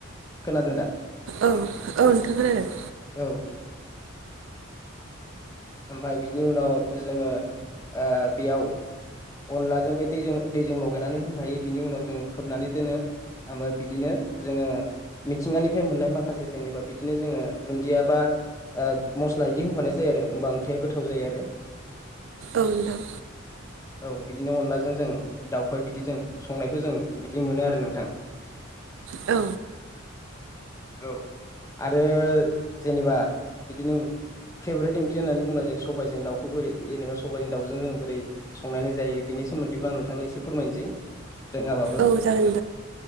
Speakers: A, on the left; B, on the right.
A: खोनादों दा?
B: औ-औ नोंथां खोनादों।
A: औ ओमफ्राय बिनि उनाव जोङो ओ बेयाव। अनलाजों बे दैजों-दैजों लगायनानै होफायो बिनि उनाव जोंङो खोबनानै दोनो। खामो बिदिनो जोङो मिथिंगानिफ्राय मोननाय माखासे जेनेबा बिदिनो जोङो दुन्दिया बा ओ मस्ला इदि होफानाय जायो आरो होमबा ओंख्रिया गोथाव जायो आरो।
B: औ दं।
A: औ बिदिनो अनलाजों जों दावखौहाय बिदि जों संनायखौ जों बिदि मोनो आरो नोंथां। <unintelligible>
B: औ।
A: औ आरो जेनेबा बिदिनो फेभरेट ओंख्रि होननानै बुंनाय जायो सबायाइजों दाउखौ बोरै जेनेबा सबाइजों दाउजों जों बोरै संनानै जायो बेनि सोमोन्दैबो आं नोंथांनि एसे फोरमायनोसै रोङाबाबो।
B: नंगौ औ नोंथां